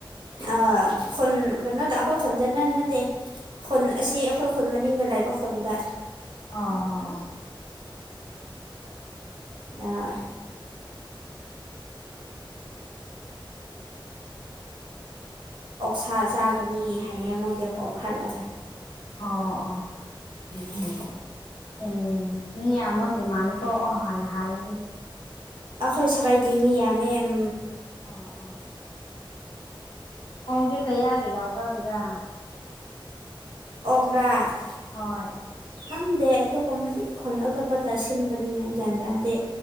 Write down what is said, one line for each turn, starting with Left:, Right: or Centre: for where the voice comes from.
Right: ꯑ ꯈꯨꯟ ꯀꯩꯅꯣ ꯇ ꯑꯩꯈꯣꯏ ꯈꯨꯟꯗꯅ ꯅꯠꯇꯦ ꯈꯨꯟ ꯑꯁꯤ ꯑꯩꯈꯣꯏ ꯈꯨꯟ ꯃꯅꯤꯡꯗ ꯂꯩꯕ ꯈꯨꯟꯗ
Left: ꯑꯣ ꯑ ꯍ
Right: ꯑ ꯑꯣꯛꯁꯥ ꯆꯥꯒꯅꯤ ꯍꯥꯏꯌꯦ ꯃꯣꯏꯗꯣ ꯑꯣꯛꯍꯜꯂꯒꯥ
Left: ꯑꯥ ꯑꯥ
Right: ꯍꯥꯏꯌꯦ
Left: ꯑꯝ ꯃꯤ ꯌꯥꯝꯃꯒꯤ ꯃꯥꯜꯂꯦꯀꯣ ꯑꯣ ꯍꯥꯟꯅꯥ ꯍꯥꯜꯂꯥꯗꯤ
Right: ꯑꯈꯣꯏ ꯁꯒꯩꯗꯤ ꯃꯤ ꯌꯥꯝꯃꯦ ꯑꯝ
Left: ꯑꯣ ꯑꯣ ꯑꯣꯝꯗꯤ ꯀꯌꯥꯒꯤ ꯂꯥꯎꯕꯒꯤꯔꯥ
Right: <unintelligible>
Left: ꯍꯣꯏ
Right: ꯈꯪꯗꯦ ꯑꯗꯨꯒꯨꯝꯕꯗꯤ <unintelligible> ꯁꯤꯟꯕꯅꯤꯅ ꯒ꯭ꯌꯥꯟ ꯇꯥꯗꯦ